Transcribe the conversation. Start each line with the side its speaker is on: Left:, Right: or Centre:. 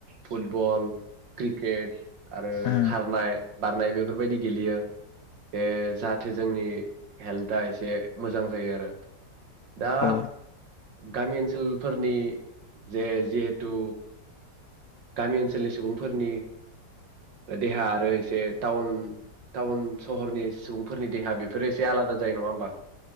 Right: फुटबल क्रिकेट आरो
Left: उम
Right: खारनाय बारनाय बेफोरबायदि गेलेयो बे जाहाथे जोंनि हेल्थआ एसे मोजां जायो आरो। दा
Left: औ उम
Right: गामि ओन सोलफोरनि जे जि दु गामि ओनसोलनि सुबुंफोरनि देहा आरो एसे टाउन टाउन सहरनि सुबुं फोरनि देहा बेफोर एसे आलादा जायो नङा होमबा।